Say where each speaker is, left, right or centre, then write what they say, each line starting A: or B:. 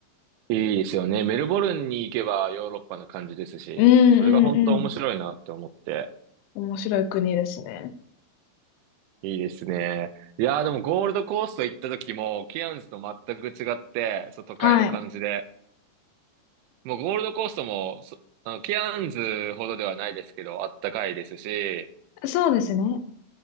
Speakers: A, on the right; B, on the left.
A: いいですよね。メルボルンに行けばヨーロッパな感じですし、
B: うんうんうん。
A: それが本当面白いなって思って。
B: 面白い国ですね。
A: いいですね。いやーでもゴールドコースト行った時も、ケアンズと全く違って、そう、都会の感じで。
B: はい。
A: もうゴールドコーストも、そ、あの、ケアンズほどではないですけど、あったかいですし、
B: そうですね。